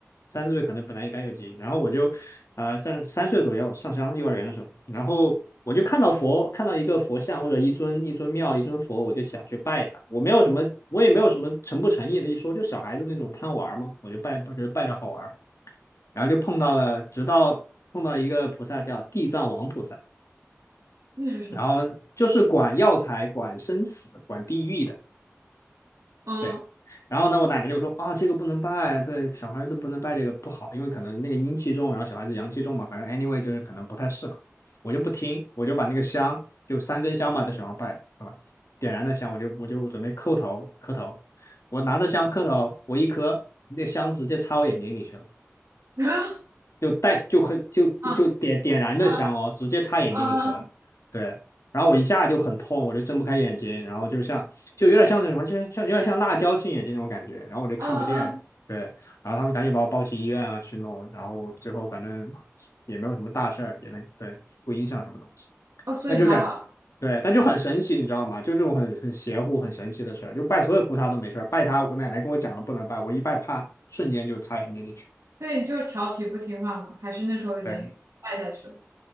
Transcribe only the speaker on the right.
那是什么？
哦，
<laughs> 嗯
嗯嗯
嗯
嗯，嗯
哦，所以还好，
所以你就是调皮不听话吗？还是那时候已经拜下去了？